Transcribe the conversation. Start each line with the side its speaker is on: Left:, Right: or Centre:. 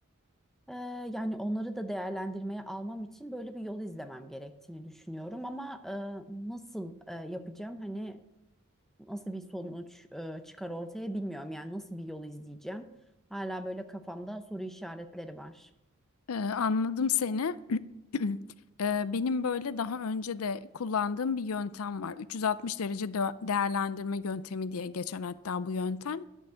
Centre: Ee, yani onları da değerlendirmeye almam için böyle bir yol izlemem gerektiğini düşünüyorum ama e, nasıl e, yapacağım hani nasıl bir sonuç e, çıkar ortaya bilmiyorum yani nasıl bir yol izleyeceğim hala böyle kafamda soru işaretleri var.
Left: Ee, anladım seni. <clears throat> Ee, benim böyle daha önce de kullandığım bir yöntem var. 360 derece dö- değerlendirme yöntemi diye geçer hatta bu yöntem.